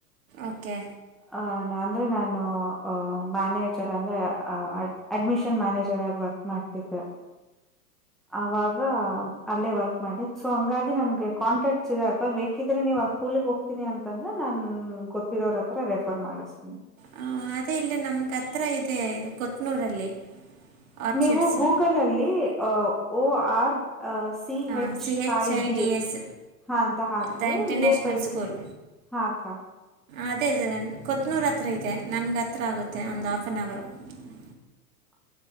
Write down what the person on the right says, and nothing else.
ಓಕೆ
ಹ ಅದೇ ಇಲ್ಲಿ ನಮ್ಗ ಹತ್ರ ಇದೆ ಇದು ಕೊತ್ನೂರಲ್ಲಿ ಆರ್ಚಿಡ್ಸು
ಹಾಂ
C H
S
ದ ಇಂಟರ್ನ್ಯಾಷನಲ್
ಸ್ಕೂಲ್
ಅದೇ ಅದೇ ಕೊತ್ನೂರ ಹತ್ರ ಇದೆ ನಮಗೆ ಹತ್ರ ಆಗುತ್ತೆ ಒಂದು ಆಫ್ ಆನ್ ಅವರು <unintelligible>